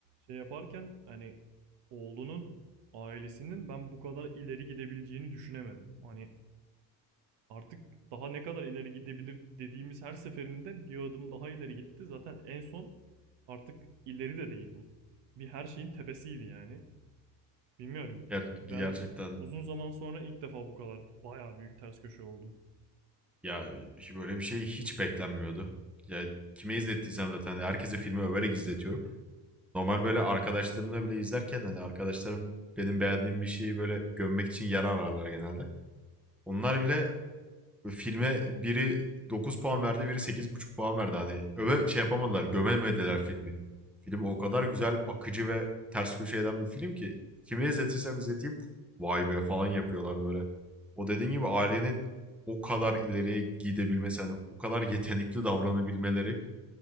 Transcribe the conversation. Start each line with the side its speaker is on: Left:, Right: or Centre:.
Right: şey yaparken hani oğlunun ailesinin ben bu kadar ileri gidebileceğini düşünemedim. Hani Artık daha ne kadar ileri gidebilir dediğimiz her seferinde bir adım daha ileri gitti. Zaten en son artık ileri de değil bu. Bir her şeyin tepesiydi yani. Bilmiyorum.
Centre: Ger-
Right: Ben
Centre: gerçekten
Right: uzun zaman sonra ilk defa bu kadar bayağı büyük ters köşe oldum.
Centre: ya böyle bir şey hiç beklenmiyordu. Ya kime izlettiysem zaten herkese filmi överek izletiyorum. Normal böyle arkadaşlarımla bile izlerken hani arkadaşlarım benim beğendiğim bir şeyi böyle gömmek için yer ararlar genelde. Onlar bile filme biri 9 puan verdi, biri sekiz buçuk puan verdi. Hani öve şey yapamadılar, gömemediler filmi. Film o kadar güzel, akıcı ve ters köşe eden bir film ki kime izletirsem izleteyim vay be falan yapıyorlar böyle. O dediğin gibi ailenin o kadar ileriye gidebilmesi, hani o kadar yetenekli davranabilmeleri